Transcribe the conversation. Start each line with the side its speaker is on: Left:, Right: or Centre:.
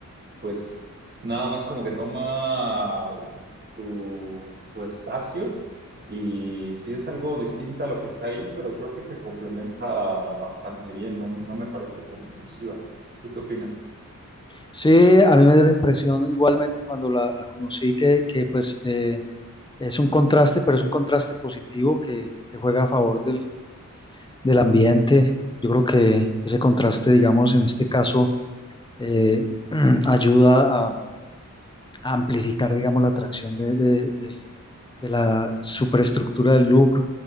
Right: pues nada más como que toma su, su espacio y sí es algo distinta a lo que está ahí, pero creo que se complementa bastante bien, no, no me parece tan intrusiva. ¿Tú qué opinas?
Left: Sí, a mí me dio la impresión igualmente cuando la, la conocí que, que pues eh, es un contraste, pero es un contraste positivo que, que juega a favor del, del ambiente. Yo creo que ese contraste, digamos, en este caso, eh, <clears throat> ayuda a, a amplificar, digamos, la atracción de, de- del de la superestructura del Louvre